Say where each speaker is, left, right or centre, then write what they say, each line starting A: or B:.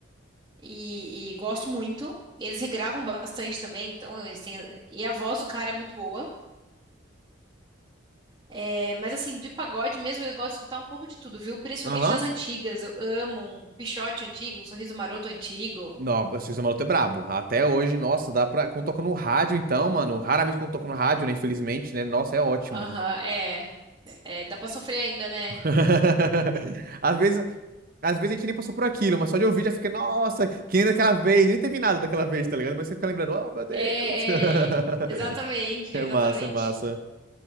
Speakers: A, on the right; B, on the right.
A: e, e gosto muito. Eles regravam bastante também, então eles têm. E a voz do cara é muito boa. É, mas assim, de pagode mesmo, eu gosto de escutar um pouco de tudo, viu? Principalmente
B: Aham.
A: das antigas. Eu amo um Pixote antigo, um Sorriso Maroto antigo.
B: Não, o Sexta Maroto é brabo. Até hoje, nossa, dá pra. Quando toca no rádio, então, mano. Raramente quando toca no rádio, né? Infelizmente, né? Nossa, é ótimo.
A: Aham, é, é. Dá pra sofrer ainda, né?
B: <laughs> Às vezes, às vezes a gente nem passou por aquilo, mas só de ouvir já fica, nossa, que nem daquela vez, nem teve nada daquela vez, tá ligado? Mas você fica lembrando, oh meu Deus.
A: É,
B: <laughs>
A: é. Exatamente,
B: É
A: exatamente.
B: massa, é massa.